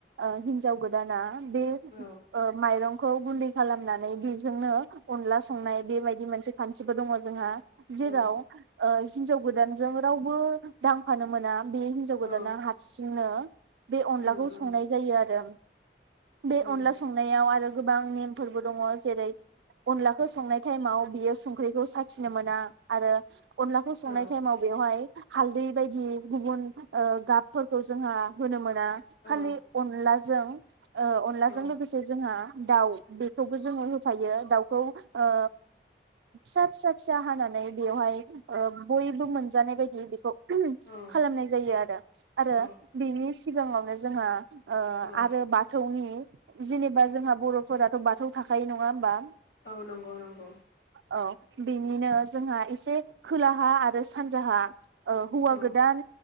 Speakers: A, on the right; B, on the left.
A: ओ हिन्जाव गोदाना बे
B: औ
A: ओ माइरं खौ गुन्दै खालामनानै बेजोंनो अनला संनाय बेबायदि मोनसे खान्थिबो दङ जोंहा
B: औ
A: जेराव ओ हिनजाव गोदानजों रावबो दांफानो मोना बे हिनजाव
B: औ
A: गोदाना हारसिंनो बे अनलाखौ
B: उम उम
A: संनाय जायो आरो। बे
B: उम
A: अनला संनायाव आरो गोबां नेमफोरबो दङ जेरै- अनलाखौ संनाय टाइमाव बियो संख्रिखौ साखि नो मोना आरो अनलाखौ संनाय
B: औ
A: टाइमाव बेवहाय हालदै बायदि गुबुन ओ गाबफोरखौ जोंहा होनो मोना
B: औ
A: खालि अनलाजों ओ अनलाजों
B: औ
A: लोगोसे जोंहा दाउ बेखौबो जोङो होफायो दाउखौ ओ फिसा फिसा फिसा हानानै बेवहाय ओ बयबो मोनजानाय बायदि बेखौ <unintelligible>
B: औ
A: खालामनाय जायो आरो। आरो
B: औ
A: बिनि सिगाङावनो जोंहा ओ
B: औ
A: आरो बाथौनि जेनेबा जोंहा बर'फोराथ' बाथौ थाखायो नङा होमबा
B: औ नंगौ नंगौ
A: औ बेनिनो जोंहा एसे खोलाहा आरो सानजाहा ओ हौवा
B: औ
A: गोदान